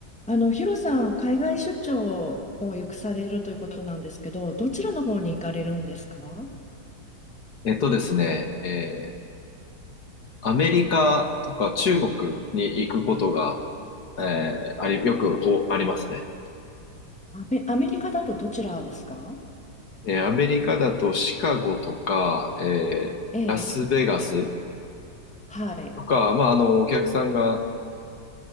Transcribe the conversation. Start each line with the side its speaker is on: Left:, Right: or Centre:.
Centre: あの、ヒロさん、海外出張をよくされるということなんですけど、どちらの方に行かれるんですか
Left: えっとですね、えーアメリカとか中国に行くことが、えーあり、よくおありますね。
Centre: アメ、アメリカだとどちらですか
Left: えーアメリカだとシカゴとか、えーラスベガス
Centre: ええ、はい。
Left: とか、まあ、あの、お客さんが、